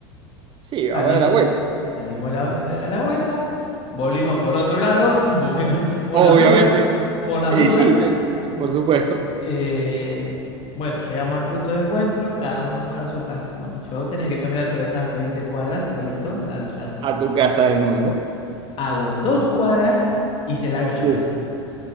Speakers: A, on the right (about 35°); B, on the left (about 40°).
A: Sí, ahora
B: Salimos,
A: la vuelta,
B: salimos la- eh, a la vuelta, volvimos por otro lado, <laughs> porque no, por
A: obviamente.
B: las dudas, por las
A: Y
B: dudas.
A: sí, yo- por supuesto,
B: Eh, bueno, llegamos al punto de encuentro, cada uno para su casa. Bueno, yo tenía que caminar todas esas 20 cuadras solito a mi casa.
A: a tu casa de nuevo.
B: Hago dos cuadras y se larga
A: Sí.
B: a llover.